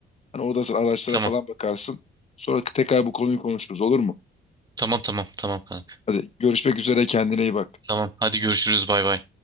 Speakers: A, on the left; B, on the right.
A: Hani orada sen araçlara
B: Tamam.
A: falan bakarsın. Sonra tekrar bu konuyu konuşuruz olur mu?
B: Tamam tamam tamam kanka.
A: Hadi görüşmek üzere kendine iyi bak.
B: Tamam. Hadi görüşürüz. Bay bay.